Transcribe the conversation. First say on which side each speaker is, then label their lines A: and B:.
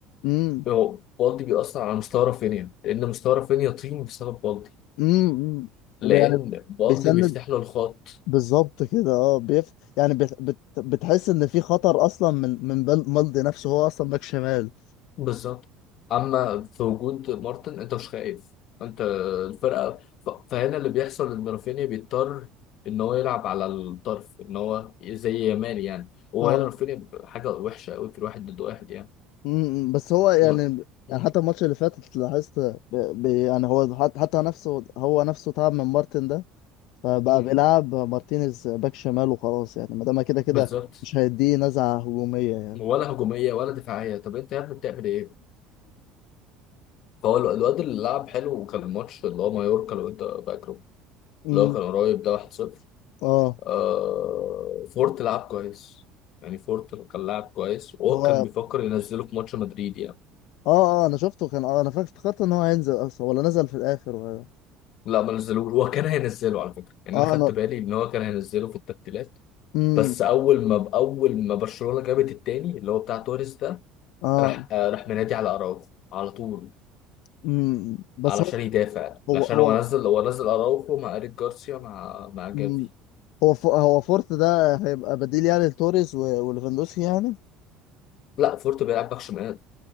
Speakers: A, on the left; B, on the left.
A: امم
B: هو بالدي بيأثر على مستوى رافينيا لأن مستوى رافينيا طين بسبب بالدي
A: امم
B: لأن
A: أمم. يعني
B: بالدي
A: بيسند
B: بيفتح له الخط
A: بالظبط كده اه بيف... يعني بت... بت... بتحس ان في خطر اصلا من من بل... مالدي نفسه هو اصلا باك شمال
B: بالظبط أما في وجود مارتن أنت مش خايف أنت الفرقة ف- فهنا اللي بيحصل إن رافينيا بيضطر إن هو يلعب على الطرف إن هو زي يامال يعني وهنا
A: اه
B: رافينيا حاجة وحشة أوي في الواحد ضد واحد يعني
A: امم بس هو يعني
B: و... مم.
A: يعني حتى الماتش اللي فات لاحظت ب... ب... يعني هو حت... حتى نفسه هو نفسه تعب من مارتن ده فبقى
B: مم.
A: بيلعب مارتينيز باك شمال وخلاص يعني ما دام كده كده
B: بالظبط
A: مش هيديه نزعة هجومية يعني
B: ولا هجوميه ولا دفاعيه طب انت يا ابني بتعمل ايه؟ فهو ال- الواد اللي لعب حلو وكان الماتش اللي هو مايوركا لو انت فاكره
A: امم
B: اللي هو كان قريب ده 1-0
A: اه
B: آه... فورت لعب كويس يعني فورت كان لاعب كويس وهو
A: هو
B: كان
A: اه
B: بيفكر ينزله في ماتش مدريد يعني
A: اه انا شفته كان اه انا فاكر افتكرت ان هو هينزل اصلا ولا نزل في الاخر ولا
B: لا ما نزلوه هو كان هينزله على فكره يعني
A: اه
B: انا خدت
A: انا
B: بالي ان هو كان هينزله في التبديلات
A: امم
B: بس اول ما اول ما برشلونه جابت التاني اللي هو بتاع توريس ده
A: اه
B: راح آه، راح منادي على اراوخو على طول
A: امم بس
B: علشان
A: هو
B: يدافع
A: هو
B: عشان
A: هو
B: هو نزل هو نزل اراوخو مع ايريك جارسيا مع مع جافي
A: مم. هو ف- هو فورت ده هيبقى بديل يعني لتوريز و- وليفاندوسكي يعني
B: لا فورت بيلعب باك شمال